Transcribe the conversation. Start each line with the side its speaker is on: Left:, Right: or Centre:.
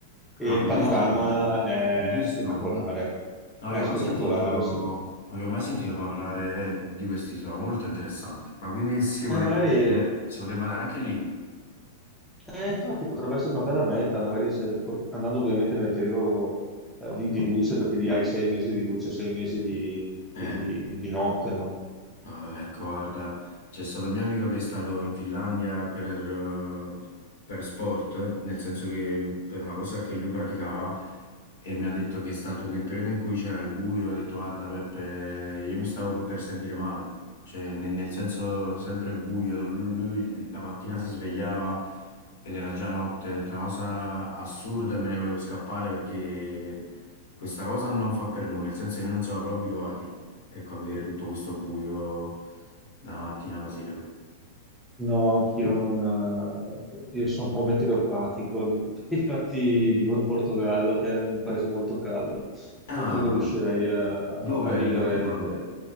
Centre: e
Left: Ah,
Centre: il
Left: bellissimo,
Centre: panorama è
Left: bellissimo.
Centre: spettacolare.
Left: Mm. Non
Centre: È
Left: avevo
Centre: spettacolare,
Left: mai sentito, non
Centre: sì.
Left: avevo mai sentito parlare di quest'isola, molto interessante. Ma quindi si potrebbe
Centre: Eh, magari
Left: andare, si potrebbe andare anche lì.
Centre: Eh, infatti potrebbe essere una bella meta, magari se- or- andando ovviamente nel periodo eh, di, di luce, perché lì hai sei mesi di luce, sei mesi di,
Left: Eh.
Centre: di- di- di notte, no?
Left: Ah, ecco, guarda, c'è stato un mio amico che è stato in Finlandia per, eh, per sport, nel senso che per una cosa che lui praticava e mi ha detto che è stato nel periodo in cui c'era il buio, ha detto guarda Peppe, io mi stavo per, per sentire male, cioè ne- nel, senso sempre buio, lui la mattina si svegliava ed era già notte, ha detto, una cosa assurda e me ne volevo scappare perché questa cosa non fa per noi, nel senso che noi non siamo proprio abituati. Ecco, a vedere tutto questo buio dalla mattina alla sera.
Centre: No, anch'io non... eh, io sono un po' meteoropatico, <laughs> infatti vivo in Portogallo, che è un paese molto caldo.
Left: Ah,
Centre: Non credo riuscirei a,
Left: dove
Centre: a vivere
Left: in Portogallo?